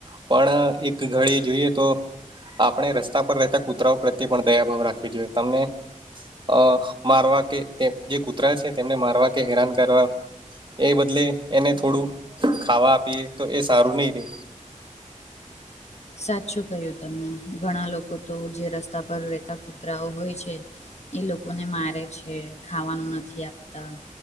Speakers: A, on the right; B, on the left.
A: પણ એક ઘડી જોઈએ તો આપણે રસ્તા પર રહેતા કૂતરાઓ પ્રત્યે પણ દયાભાવ રાખવી જોઈએ તમને અ મારવા કે જે કૂતરા છે તેમને મારવા કે હેરાન કરવા એ બદલે એને થોડું ખાવા આપીએ તો એ સારું નહી રે.
B: સાચું કહ્યું તમને ઘણા લોકો તો જે રસ્તા પર રેતા કુતરાઓ હોય છે. એ લોકોને મારે છે ખાવાનું નથી આપતા.